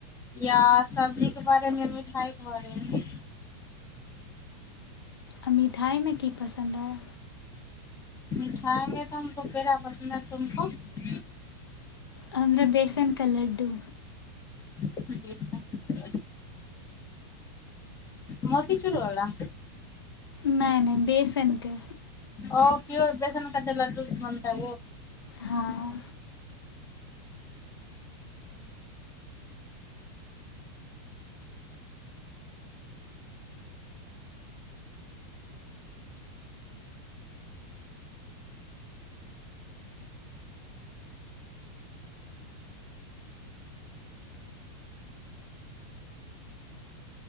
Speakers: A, on the left (about 25°); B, on the left (about 75°).
A: या सब्जीके बारेमे मिठाइके बारेमे
B: आ मिठाइमे की पसन्द अइ
A: मिठाइमे त हम दुूपेरा पसन्द तमक
B: हमरा बेसनके लड्डू
A: ह मोतिचुरवला
B: न नहि बसनक के
A: ओ पिोर बेसन क लड्डू बनता
B: हँ